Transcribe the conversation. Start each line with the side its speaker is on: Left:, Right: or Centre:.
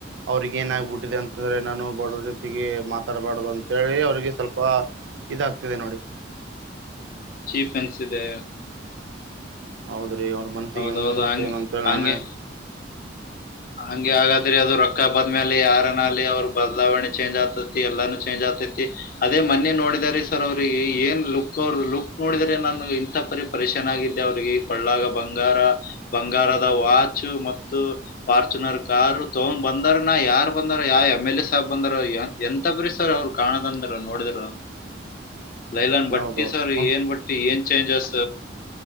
Right: ಅವ್ರಗ ಏನ ಆಾಗಬಿಟ್ಟಿದೆ ಅಂತಂದ್ರೆ ನಾನು ಬಡವ್ರ ಜೊತೆಗೆ ಮಾ ತರಬಾರ್ದು ಅಂತೇಳಿ ಅವ್ರಿಗೆ ಸ್ವಲ್ಪ ಇದಾಗ್ತಿದೆ ನೋಡಿ
Left: ಚೀಫನ್ಸ ಇದೆ
Right: ಹೌದ್ರಿ ಅವ್ರ ಮನ್ಸಿ
Left: ಹೌದೌದು
Right: ಹೆಂಗ್ ಅನ್ಸ್ತೇ
Left: ಹಂಗ್
Right: ನ ಅಂತೇಳಿ
Left: ಹಂಗೆ
Right: ನಾನೇ
Left: ಹಂಗೆ ಹಾಗಾದ್ರಿ ಅದು ರೊಕ್ಕ ಬದ್ಮೆ ಅಲಿ ಯಾರನ ಅಲ್ಲಿ ಅವ್ರ ಬದಲಾವಣೆ ಚೇಂಜ್ ಆಗ್ತತಿ ಎಲ್ಲಾನೂ ಚೇಂಜ್ ಆಗ್ತತಿ ಅದೇ ಮನ್ನೆ ನೋಡಿದಿದ್ದಾರೆ ಸರ್ ಅವ್ರಿಗೆ ಏನ್ ಲುಕ್ ಅವ್ರ ಲುಕ್ ನೋಡಿದ್ರೆ ನನಗೆ ಇಂಥ ಪರಿ ಪರಿಶನ್ ಆಗಿದ್ದೆ ಅವಿಗೆ ಕಳ್ಳಾಗ ಬಂಗಾರ ಬಂಗಾರದ ವಾಚ ಮತ್ತು ಫಾರ್ಚುನರ್ ಕಾರಾರ್ು ತಗೊಂಡ್ ಬಂದಾರ ನ ಯಾರು ಬಂದಾರ ಯಾವ ಎಮ್ ಎಲ್ ಎ ಸಾಹಬ್ ಬಂದಾರ ಎಂತ ಪರಿಸ್ತಾರ ಅವ್ರು ಕಾಣೋದಂದರು ನೋಡಿದರು
Right: <inaudible>
Left: ಲೈಲಾನ್ ಬಟ್ಟಿ
Right: ಹೌದೌದು
Left: ಸರ್ ಏನ್ ಬಟ್ಟಿ ಏನ್ ಚೇಂಜಸ್